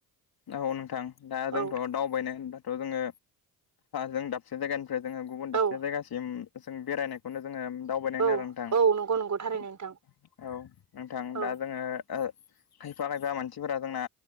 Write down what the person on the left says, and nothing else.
औ नोंथां दा जोंथ'
दावबायनाय होनबाथ' जोङो जों दाबसे जायगानि फ्राय जोङो गुबुन दाबसे
जायगासिम जों बेरायनायखौनो जोङो दावबायनाय
आरो नोंथां।
औ
नोंथां
दा जोङो ओ खाय फा खायफा मानसिफोरा जोंना